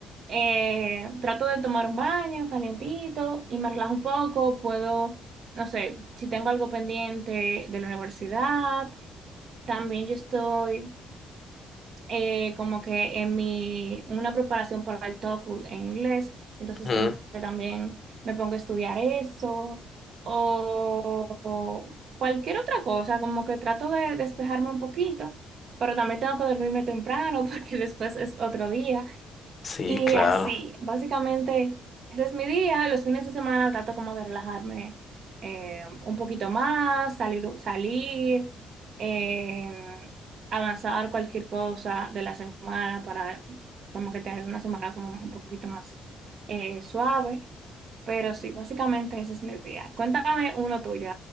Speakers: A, on the right (about 60°); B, on the left (about 40°).
A: Eh, trato de tomar un baño calientito y me relajo un poco, puedo, no sé, si tengo algo pendiente de la universidad, también yo estoy eh, como que en mi, una preparación para el TOEFL en inglés, entonces
B: ujú,
A: como que también me pongo a estudiar eso o, o cualquier otra cosa, como que trato de despejarme un poquito, pero también tengo que dormirme temprano <laughs> porque después es otro día
B: Sí,
A: y
B: claro.
A: así, básicamente, ese es mi día. Los fines de semana trato como de relajarme eh, un poquito más, salir, salir eh, avanzar cualquier cosa de la semana para como que tener una semana como un poquito más eh, suave. Pero sí, básicamente ese es mi día. Cuéntame uno tuyo